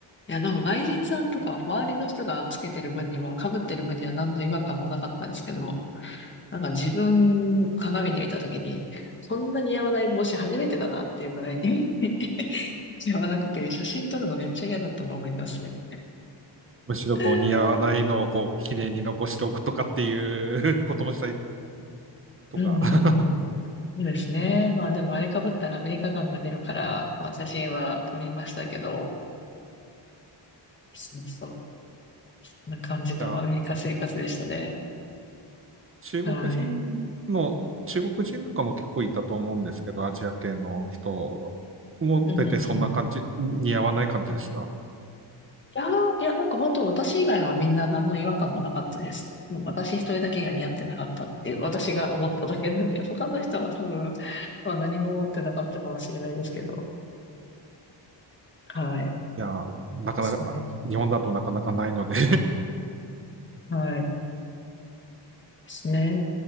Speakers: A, on the left; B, on the right.
A: いや、なんか外人さんとか周りの人がつけてる分には、被ってる分には何の違和感もなかったんですけど、なんか自分、鏡で見たときに、そんな似合わない帽子初めてだなっていうぐらいに <laughs> 似合わなくて、写真撮るのめっちゃ嫌だったのを覚えてますね。
B: むしろこう似合わないのをこう記念に残しておくとかっていう
A: うん
B: <laughs> こともしたりとか。
A: うんうん。
B: <laughs>
A: そうですね。まあでもあれ被ったらアメリカ感が出るから、まあ写真は撮りましたけど、そうそう。こんな感じのアメリカ生活でしたね。
B: じゃあ、中国人の、
A: はい。
B: 中国人とかも結構いたと思うんですけど、アジア系の人も大体そんな感じ、
A: うんうんうん。
B: 似合わない感じでした。
A: いやー、いや、なんか本当私以外はみんな何の違和感もなかったです。うん、私一人だけが似合ってなかったっていう、私が思っただけなんで、<laughs> 他の人は多分、まあ何も思ってなかったかもしれないですけど。はい。で
B: いやー、なかなか、
A: すね。
B: 日本だとなかなかないので
A: はい。ですね。